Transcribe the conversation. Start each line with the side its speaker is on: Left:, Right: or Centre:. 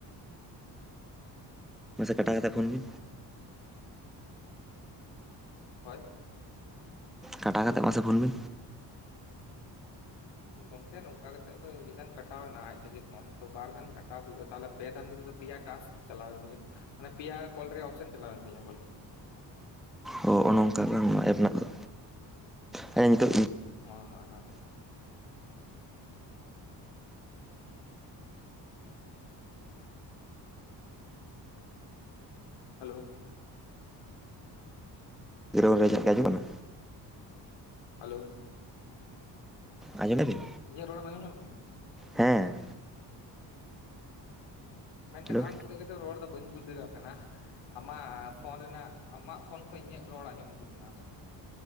Centre: ᱢᱟᱥᱮ ᱠᱟᱴᱟᱣ ᱠᱟᱛᱮᱜ ᱯᱷᱳᱱ ᱢᱮ?
Left: ᱦᱳᱭ,
Centre: ᱠᱟᱴᱟᱣ ᱠᱟᱛᱮᱜ ᱢᱟᱥᱮ ᱯᱷᱳᱱ ᱢᱮ?
Left: ᱜᱚᱝᱠᱮ ᱱᱚᱝᱠᱟ ᱠᱟᱛᱮᱫ ᱫᱚ ᱢᱤᱫ ᱫᱷᱟᱱ ᱠᱟᱴᱟᱣᱮ ᱮᱱᱟ ᱟᱡ ᱛᱮᱜᱮ ᱯᱷᱳᱱ ᱛᱚ ᱵᱟᱨ ᱫᱷᱟᱱ ᱠᱟᱴᱟᱣ ᱦᱩᱭᱩᱜᱼᱟ ᱛᱟᱦᱚᱞᱮ ᱯᱮ ᱫᱷᱟᱱ ᱡᱩᱫᱤ ᱫᱚ, ᱯᱮᱭᱟ ᱴᱟᱥᱠ ᱪᱟᱞᱟᱣᱮᱱ ᱛᱤᱧᱟᱹ ᱢᱟᱱᱮ ᱯᱮᱭᱟ ᱠᱚᱞᱨᱮᱭᱟᱜ ᱚᱯᱥᱮᱱ ᱪᱟᱞᱟᱣᱮᱱ ᱛᱤᱧᱟ ᱵᱚᱞᱮ᱾
Centre: ᱚ ᱦᱚᱸᱜᱼᱚ ᱱᱚᱝᱠᱟ ᱵᱟᱝ ᱱᱚᱣᱟ ᱮᱯ ᱨᱮᱱᱟᱜ ᱫᱚ, ᱦᱮᱸ ᱱᱤᱛᱚᱜᱤ
Left: ᱦᱳᱭ ᱦᱳᱭ ᱦᱳᱭ᱾ ᱦᱟᱞᱳ
Centre: ᱪᱮᱨᱚ ᱵᱮᱨᱚ ᱨᱟᱜ ᱜᱮ ᱟᱸᱡᱚᱢᱚᱜ ᱠᱟᱱᱟ,
Left: ᱦᱟᱞᱳ,
Centre: ᱟᱸᱡᱚᱢ ᱢᱮᱼ ᱟ ᱵᱤᱱ?
Left: ᱤᱧᱟᱹᱜ ᱨᱚᱲᱮᱢ ᱟᱸᱡᱚᱢ ᱧᱟᱢᱮᱜ ᱠᱟᱱᱟ?
Centre: ᱦᱮᱸ᱾
Left: ᱢᱮᱱᱠᱷᱟᱱ
Centre: ᱦᱮᱞᱳ
Left: ᱟᱢ ᱪᱤᱠᱟ ᱠᱟᱛᱮᱢ ᱨᱚᱲ ᱫᱟ ᱵᱟᱹᱧ ᱵᱩᱡᱽ ᱫᱟᱲᱤᱭᱟᱜ ᱠᱟᱱᱟ᱾ ᱟᱢᱟᱻ ᱯᱷᱳᱱ ᱨᱮᱱᱟᱜ ᱟᱢᱟᱜ ᱯᱷᱳᱱ ᱠᱷᱚᱭ ᱤᱧᱟᱹᱜ ᱨᱚᱲ ᱟᱸᱡᱚᱢ ᱦᱟᱡᱩᱜ ᱠᱟᱱᱟ ᱟᱵᱟᱨ,